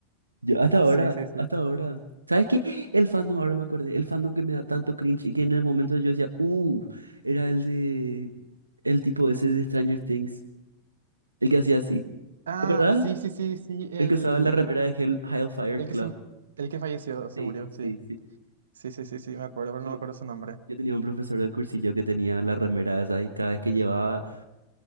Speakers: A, on the right; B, on the right.
A: yo hasta ahora,
B: sí, sí, sí.
A: hasta ahora. ¿Sabes qué? El fandom, ahora me acordé, el fandom que me da tanto cringe y que en el momento yo decía, uh, era el de, el tipo ese de Stranger Things, el que hacía así.
B: Ah,
A: ¿Te acordás?
B: sí, sí, sí, sí, el,
A: El que usaba la remera de Hell, Hellfire
B: el
A: Club.
B: que se, el que falleció, se
A: Sí,
B: murió, sí.
A: sí, sí.
B: Sí, sí, sí, sí, me acuerdo, pero
A: Yo,
B: no me acuerdo su nombre.
A: yo tenía un profesor del cursillo que tenía la remera esa y cada vez que llevaba,